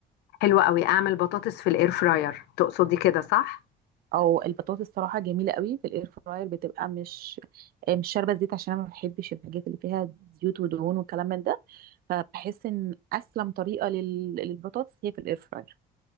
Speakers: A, on the left; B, on the right.
A: حلوة قوي أعمل بطاطس في الإير فراير تقصدي كده صح؟
B: او البطاطس صراحه جميله قوي في الاير فراير بتبقى مش آه، مش شاربه زيت عشان انا ما بحبش الحاجات اللي فيها زيوت ودهون والكلام من ده فبحس ان اسلم طريقه لل... للبطاطس هي في الاير فراير